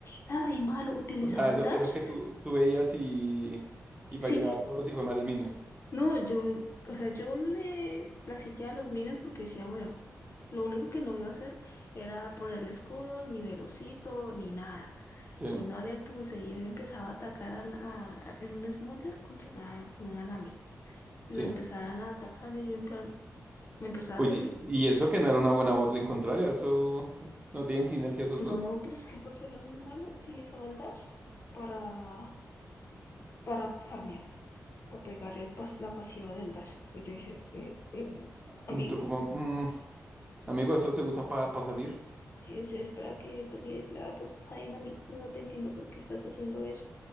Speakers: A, on the left; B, on the right.
A: era re malo. Utilizaba
B: o sea, eso,
A: el dash.
B: eso que tú, tú veías y, y fallaba
A: Sí,
B: todos los hijos de minions.
A: No, yo, o sea, yo le la sitiaba a los minions porque decía, bueno, lo único que no iba a hacer era ponerle escudos, ni velocito, ni nada.
B: Sí,
A: Y no le puse, y él empezaba a atacar al- a, era un Smolder contra una, con una Nami.
B: sí.
A: Y lo empezaban a atacar y yo en plan, me empezaba
B: Oye,
A: a reír.
B: y eso que no era una buena botlane contraria, eso no tienen sinergia esos
A: No,
B: dos.
A: pero es que por ser muy malo, utilizaba el dash para, para farmear, para pegar el pas- la pasiva del dash. Y yo dije, eh, eh, amigo.
B: Mm, Tú como, "Mm, amigo, eso se usa para salir.
A: Sí, o sea, es para que toques la faena a mí No te entiendo por qué estás haciendo eso.